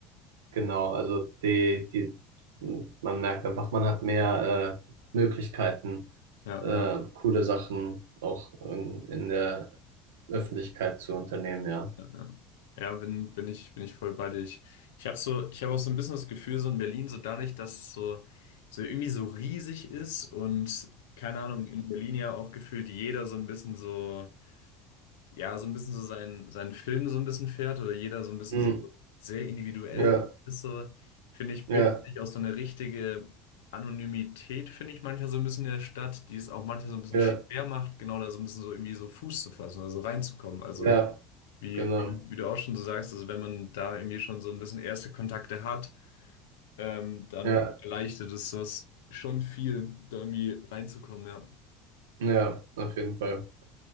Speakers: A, on the right; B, on the left.
A: genau, also die, die, man merkt einfach, man hat mehr äh, Möglichkeiten,
B: ja,
A: äh,
B: ja.
A: coole Sachen auch in, in der Öffentlichkeit zu unternehmen, ja.
B: Ja, ja, Ja, bin, bin ich, bin ich voll bei dir. Ich, ich habe so, ich habe auch so ein bisschen das Gefühl, so in Berlin, so dadurch, dass es so, so irgendwie so riesig ist und keine Ahnung, in Berlin ja auch gefühlt jeder so ein bisschen so, ja, so ein bisschen so seinen, seinen Film so ein bisschen fährt oder jeder so ein bisschen
A: Hm,
B: so sehr individuell
A: ja,
B: ist, so, finde ich,
A: ja,
B: bildet sich auch so eine richtige Anonymität, finde ich manchmal so ein bisschen in der Stadt, die es auch manchmal so ein bisschen
A: ja,
B: schwer macht, genau da so ein bisschen so irgendwie so Fuß zu fassen, also reinzukommen. Also,
A: ja,
B: wie,
A: genau.
B: wie, du- wie du auch schon so sagst, also wenn man da irgendwie schon so ein bisschen erste Kontakte hat, ähm, dann
A: Ja,
B: erleichtert es das schon viel, da irgendwie reinzukommen, ja.
A: ja, auf jeden Fall.